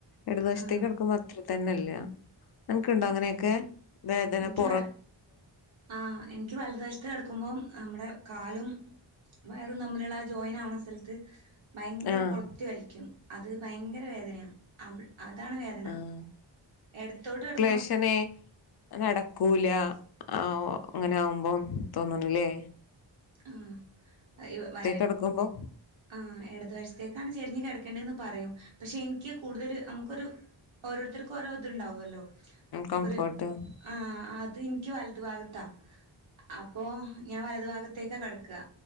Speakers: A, on the left; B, on the right.
A: എടത് വശ്ത്തേക്ക്
B: ആഹ്
A: കെടക്കുംമ്പോ അത്ര തന്നല്ല്യാ അൻക്ണ്ടോ
B: അതെല്ലേ
A: അങ്ങനെയെക്കേ വേദനപൊറ
B: എനിക്ക് വ ആഹ് എനിക്ക് വലതുവശത്ത് കിടക്കുമ്പോ. നമ്മുടെ കാലും വയറും തമ്മിലുള്ള ആ ജോയിൻ ആവണ സ്ഥലത്ത്. ഭയങ്കര
A: ആഹ്
B: കൊളത്തി വലിക്കും അത്. ഭയങ്കര വേദനയാ അവൾ അതാണ് വേദന
A: ആഹ്
B: എടത്തോട്ട് കെട
A: <unintelligible> നടക്കൂല ആഹ് ഓ അങ്ങനെ ആകുമ്പോ തോന്നണില്ലേ
B: ആ ഇ വ
A: കിടക്കുമ്പോ
B: ആ എടതു വശത്തേക്കാണ് ചെരിഞ്ഞ് കെടക്കണ്ടേന്ന് പറയും പക്ഷെ ഇനിക്ക് കൂടുതൽ നമുക്കൊരു ഓരോരുത്തർക്കും ഓരോ ഇത് ഉണ്ടാവൊല്ലോ
A: കംഫർട്ട്
B: ക്കൊരു ആ അത് ഇനിക്ക് വൽ <unintelligible> ഭാഗത്താ അപ് അപ്പോ ഞാൻ വലതു ഭാഗത്ത് കെടക്കാ